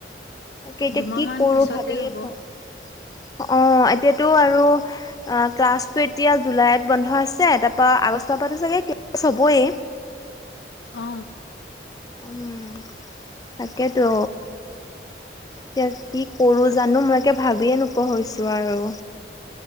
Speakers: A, on the left (about 20°); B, on the left (about 65°).
A: তাকে এতিয়া
B: দুমাহ
A: কি
B: মান
A: কৰো
B: পিছতে
A: ভাবিয়ে
B: হ'ব
A: অ এতিয়াতো আৰু অ ক্লাছতটো এতিয়া জুলাইত বন্ধ আছে তাৰ পৰা আগষ্টৰ পৰা চাগে ক্লাছ হ'বয়ে
B: অ
A: উম তাকেতো এতিয়া কি কৰো জানো মই একে ভাবিয়ে নোপোৱা হৈছো আৰু।